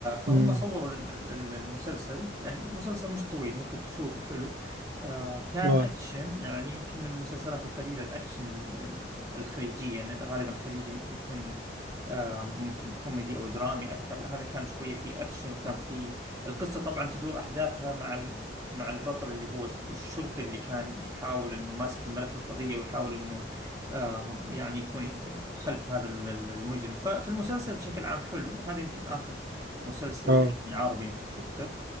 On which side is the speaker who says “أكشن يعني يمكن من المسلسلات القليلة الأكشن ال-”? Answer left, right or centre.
Right